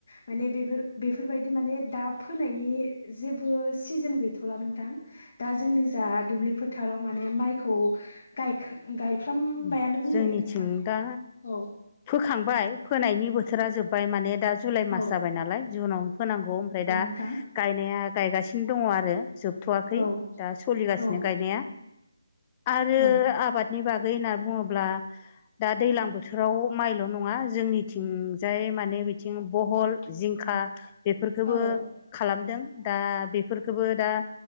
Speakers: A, on the left (about 45°); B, on the left (about 20°).
A: माने बेफोर बेफोरबायदि माने दा फोनायनि जेबो सिजोन गैथ'ला नोंथां दा जोंनि जा दुब्लि फोथाराव माने माइखौ गायफ्रामबायानो
B: उम
A: बुंजायो
B: जोंनिथिं
A: नोंथां
B: दा
A: औ
B: फोखांबाय फोनायनि बोथोरा जोबबाय माने दा जुलाइ मास
A: औ
B: जाबाय नालाय जुनावनो फोनांगौ ओमफ्राय
A: औ
B: दा
A: नोंथां
B: गायनाया गायगासिनो दङ आरो जोब थ'वाखै
A: औ
B: दा सोलिगासिनो
A: औ
B: गायनाया आरो
A: औ
B: आबाद बागै होनना बुङोब्ला दा दैलां बोथोराव माइल' नङ नङा जोंनिथिंजाय माने बिथिं बहल जिंखा बेफोरखोबो
A: औ
B: खालामदों दा बेफोरखौबो दा